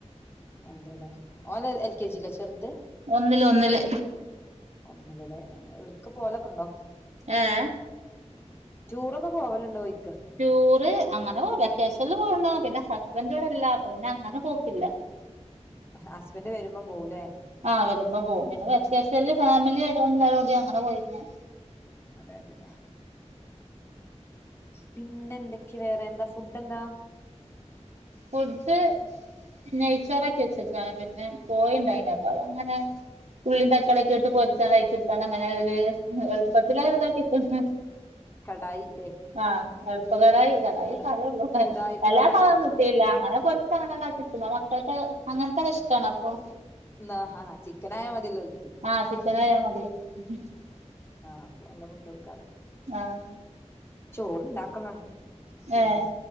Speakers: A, on the left; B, on the right.
A: അതെല്ലേ, ഓന് എൽ ഒകെ ജിലോ ചെറുത്.
B: ഒന്നില് ഒന്നില്
A: ഒന്നിൽ ലെ എടക്ക് പോലൊക്കെ ഉണ്ടോ
B: ഏഹ്
A: ടൂറൊക്കെ പോവലുണ്ടോയി
B: ടൂർ അങ്ങനെോ വെക്കേേഷനിൽ പോന്നോ പിന്നെ ഹസ്ബന്റോടല്ല പിന്നെ അങ്ങനെ പോക്കില്ല
A: ഹസ്ബൻഡ് വരുമ്പം പോവുംല്ലേ
B: ആഹ വരുമ്പോം പോകും പിന്നെ വെക്കേഷൻ ഫാമിലി ആയിട്ട് എല്ലും അങ്ങനെ പോയിര്ന്ന്
A: അതെ അതെ പിന്നെ എന്തൊക്കെയ വേറെ എന്താ ഫുഡ് എന്താ
B: ഫുഡ്‌ നെയ്ച്ചോറാക്കി വച്ചക്കാണ് കോയി ണ്ടായിനി പിന്നെഅതപ്പോ അങ്ങനെ ഉള്ളീ തക്കാളിയൊക്കെ ഇട്ട് പൊരിച്ചു അത്‌ അയക്കീട്ട് അങ്ങനെ ഒരു എളുപ്പത്തി ആ ഒരു ഇതാക്കിക്ക് ണ്
A: കടായില്ലേ
B: ആഹ് എളുപ്പ കടായി കടായി
A: ഉട
B: സാരേ ഉള്ളൂ
A: ഉടായിപ്പ്
B: എല്ലാ
A: കടായി
B: സാദനവും ഇട്ടീ ല്ല അങ്ങനെ പൊരിച്ചു അങ്ങനെണ്ട കിട്ടുന്ന മക്കൾക്ക് അങ്ങനത്തെ ഇഷ്ടമാണ് അപ്പൊ
A: ന ഹാ ചിക്കനായ മതി ഓല് ക്ക്
B: ആഹ് ചിക്കനായാ
A: ഹ്
B: <unintelligible>
A: ആഹ്പ്പ നല്ല ഫുഡ് കൊടുക്കാലോ
B: ആഹ
A: ചോറുണ്ടാക്കണം പിന്നെ
B: ഏഹ്